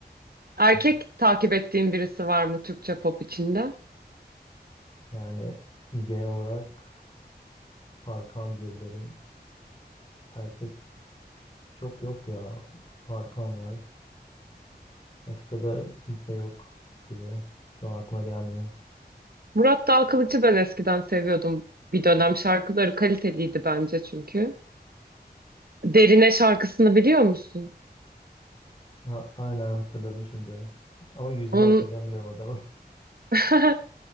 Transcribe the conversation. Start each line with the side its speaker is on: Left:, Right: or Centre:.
Right: Erkek
Left: Evet.
Right: takip ettiğin birisi var mı Türkçe pop içinde?
Left: Yani genel olarak Tarkan diyebilirim. Erkek çok yok ya. Tarkan var. Başka da kimse yok gibi. Şu an aklıma gelmiyor.
Right: Murat Dağkılıç'ı ben eskiden seviyordum bir dönem. Şarkıları kaliteliydi bence çünkü. Derine şarkısını biliyor musun?
Left: Ha, aynen hatırladım şimdi. Ama yüzünü
Right: Onun,
Left: hatırlamıyorum adamın.
Right: <laughs>